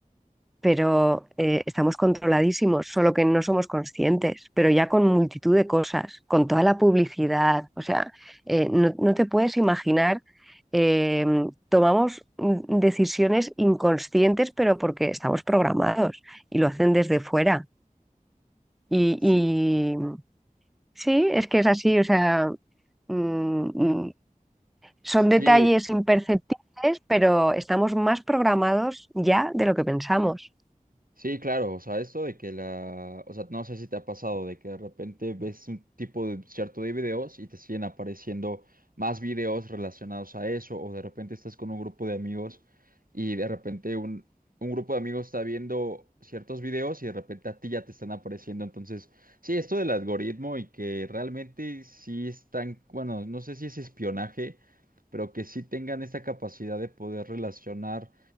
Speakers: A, in the centre; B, on the right (about 80°).
A: pero eh, estamos controladísimos, solo que no somos conscientes, pero ya con multitud de cosas, con toda la publicidad, o sea, eh, no, no te puedes imaginar, eh, tomamos mm, decisiones inconscientes, pero porque estamos programados y lo hacen desde fuera. Y,
B: Sí,
A: y sí, es que es así, o sea, mm, mm, son
B: sí,
A: detalles imperceptibles, pero estamos más programados ya de lo que pensamos.
B: Sí, claro, o sea, esto de que la, o sea, no sé si te ha pasado de que de repente ves un tipo de cierto de videos y te siguen apareciendo más videos relacionados a eso, o de repente estás con un grupo de amigos y de repente un, un grupo de amigos está viendo ciertos videos y de repente a ti ya te están apareciendo. Entonces, sí, esto del algoritmo y que realmente sí están, bueno, no sé si es espionaje, pero que sí tengan esta capacidad de poder relacionar.